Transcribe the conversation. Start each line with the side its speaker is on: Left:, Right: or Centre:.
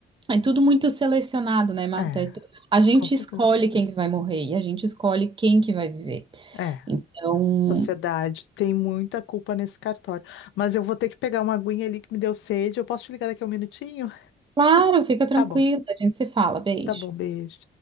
Right: é tudo muito selecionado, né, Marta?
Left: é,
Right: É tu- A gente
Left: com certeza.
Right: escolhe quem que vai morrer e a gente escolhe quem que vai viver.
Left: É,
Right: Então,
Left: sociedade tem muita culpa nesse cartório. Mas eu vou ter que pegar uma aguinha ali que me deu sede. Eu posso te ligar daqui a um minutinho?
Right: claro, fica tranquilo,
Left: Tá bom,
Right: a gente se fala, beijo.
Left: tá bom, beijo.